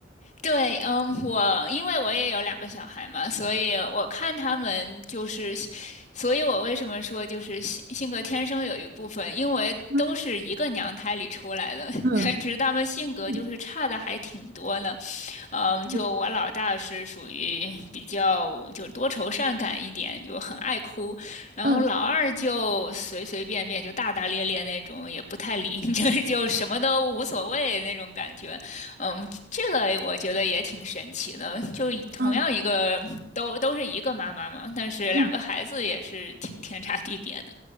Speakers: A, on the left; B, on the right.
A: 对，嗯，我因为我也有两个小孩嘛，所以我看他们就是，所以我为什么说就是性性格天生有一部分，因为都是一个娘胎里出来的，
B: 嗯嗯
A: <laughs> 只是他们性格就是差的还挺多呢。
B: 嗯
A: 嗯，
B: 嗯
A: 就我老大是属于比较就多愁善感一点，就很爱哭，然后老二就随随便便就大大咧咧那种，
B: 嗯
A: 也不太理你，<laughs> 就就什么都无所谓那种感觉。嗯，这个我觉得也挺神奇的，就同样一个都都是一个妈妈嘛，
B: 嗯嗯。嗯
A: 但是两个孩子也是挺天差地别的。
B: 嗯